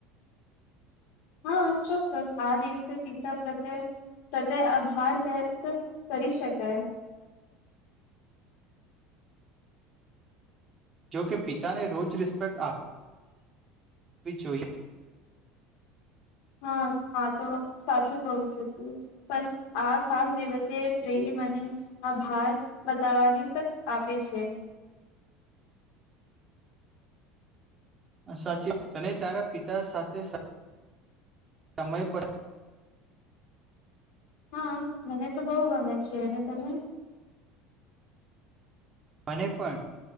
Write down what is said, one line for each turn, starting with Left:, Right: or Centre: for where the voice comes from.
Left: હા ચોક્કસ આ દિવસે પિતા પ્રત્ય પ્રત્યે આભાર વ્યક્ત કરી શકાય
Right: જો કે પિતાને રોજ રિસ્પેક્ટ આપવી જોઈએ
Left: હા આ તો સાચું કું છું તું પણ આ ખાસ દિવસે પ્રે અને આભાસ બતાવાની તક આપે છે
Right: સાચી અને તારા પિતા સાથે સમય
Left: હા મને તો બહુ ગમે છે અને તમે
Right: મને પણ